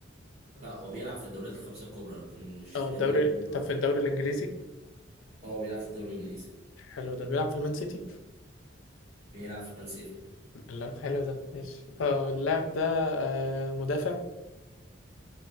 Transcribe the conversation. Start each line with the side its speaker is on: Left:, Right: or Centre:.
Right: لا هو بيلعب في الدوريات الخمسة الكبرى لكن مش
Left: اه
Right: في
Left: الدوري
Right: ريال مدريد
Left: طب
Right: وبرشلونة
Left: في الدوري الانجليزي
Right: هو بيلعب في الدوري الإنجليزي
Left: حلو ده بيلعب في المان سيتي
Right: بيلعب في مان سيتي
Left: لا حلو ده ماشي طب اللاعب ده آه، مدافع